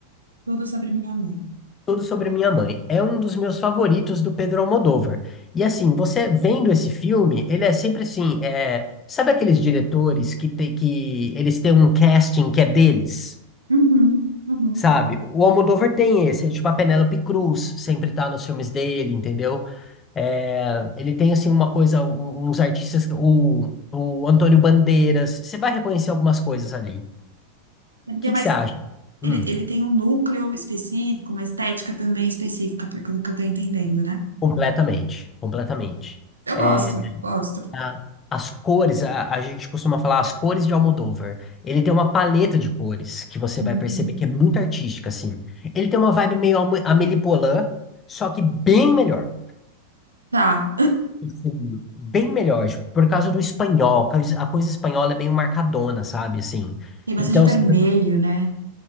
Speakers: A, on the right (about 80°); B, on the left (about 25°).
A: Tudo sobre minha mãe.
B: Tudo Sobre Minha Mãe. É um dos meus favoritos do Pedro Almodóvar. E assim, você vendo esse filme, ele é sempre assim. é, Sabe aqueles diretores que, tem, que eles têm um casting que é deles?
A: Uhum, uhum.
B: Sabe? O Almodóvar tem esse, é tipo a Penélope Cruz sempre tá nos filmes dele, entendeu? É, ele tem, assim, uma coisa, u- uns artistas, o, o Antônio Bandeiras. Você vai reconhecer algumas coisas ali. O
A: Ele tem
B: que
A: mais,
B: que você acha?
A: ele,
B: Hum,
A: ele tem um núcleo específico, uma estética também específica, pelo que eu tô entendendo, né?
B: completamente, completamente.
A: Eu
B: É,
A: gosto, gosto.
B: a- as cores, a, a gente costuma falar as cores de Almodóvar. Ele tem uma paleta de cores que você
A: Hum,
B: vai perceber que é muito artística, assim. Ele tem uma vibe meio Alme- Amélie Poulain, só que bem melhor.
A: tá.
B: Sim, Bem melhor, tipo, por causa do espanhol, a coisa a coisa espanhola é bem marcadona, sabe, assim.
A: Tem bastante
B: Então,
A: vermelho,
B: você vai-
A: né?